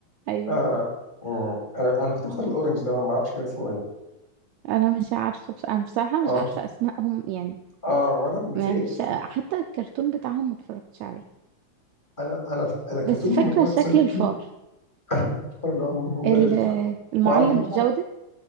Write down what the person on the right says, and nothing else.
ايوه
انا مش عارفة بس انا بصراحة
مش عارفة اسمائهم يعني
ما مش حتى الكرتون بتاعهم ما اتفرجتش عليه
بس فاكرة
شكل
الفار
ال-
المعلم
جودة